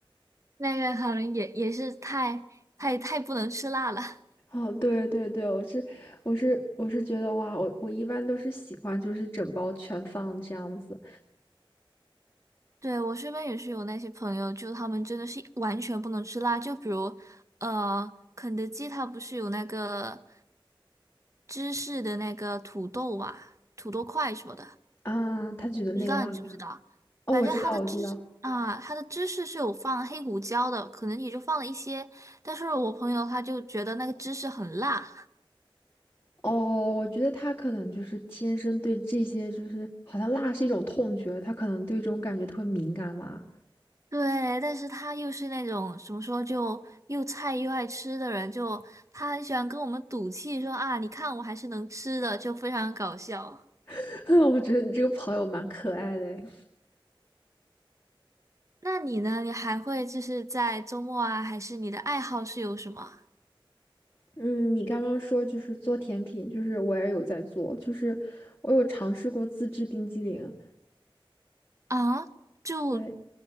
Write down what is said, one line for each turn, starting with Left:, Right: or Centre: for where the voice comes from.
Right: 那个可能也也是太太太不能吃辣了。<laughs>
Left: 哦，对对对，我是我是我是觉得哇，我我一般都是喜欢就是整包全放这样子
Right: 对，我身边也是有那些朋友，就他们真的是完全不能吃辣，就比如呃，肯德基它不是有那个芝士的那个土豆啊，土豆块什么的。
Left: 啊，他觉得那个辣呀，
Right: 不知道你知不知道，
Left: 哦，
Right: 反正它的芝啊，
Left: 我知道我知道。
Right: 它的芝士是有放黑胡椒的，可能也就放了一些。但是我朋友他就觉得那个芝士很辣，
Left: 哦，我觉得他可能就是天生对这些，就是好像辣是一种痛觉，他可能对这种感觉特别敏感吧。
Right: 对，但是他又是那种怎么说，就又菜又爱吃的人，就他很喜欢跟我们赌气说啊，你看我还是能吃的，就非常搞笑。
Left: <laughs> 我觉得你这个朋友蛮可爱的诶
Right: 那你呢？你还会就是在周末啊，还是你的爱好是有什么
Left: 嗯，你刚刚说就是做甜品，就是我也有在做，就是我有尝试过自制冰激凌。
Right: 啊？就
Left: 对，